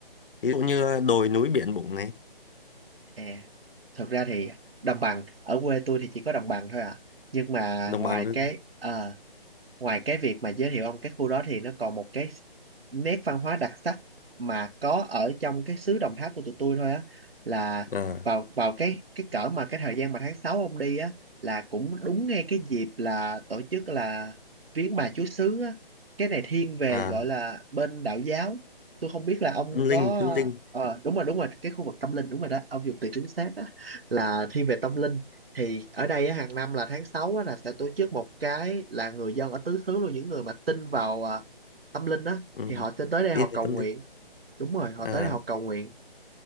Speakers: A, on the left (about 65°); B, on the right (about 75°).
A: ví dụ như đồi núi biển bụng này
B: à thật ra thì đồng bằng ở quê tôi thì chỉ có đồng bằng thôi à nhưng mà
A: đồng
B: ngoài
A: bằng nữa.
B: cái ờ ngoài cái việc mà giới thiệu ông cái khu đó thì nó còn một cái nét văn hóa đặc sắc mà có ở trong cái xứ Đồng Tháp của tụi tôi thôi á là
A: à,
B: vào vào cái cái cỡ mà cái thời gian mà tháng 6 ông đi á là cũng đúng ngay cái dịp là tổ chức là viếng bà Chúa xứ á cái này thiên về
A: à,
B: gọi là bên đạo giáo tôi không biết là ông
A: tâm
B: có
A: linh tâm linh
B: ờ đúng rồi đúng rồi cái khu vực tâm linh đúng rồi đó ông dùng từ chính xác á là thiên về tâm linh thì ở đây á, hàng năm là tháng 6 á, là sẽ tổ chức một cái là người dân ở tứ xứ luôn những người mà tin vào à, tâm linh á
A: ừ.
B: thì họ sẽ tới đây
A: tin
B: họ cầu
A: về tâm
B: nguyện
A: linh
B: đúng rồi họ
A: à,
B: tới đây họ cầu nguyện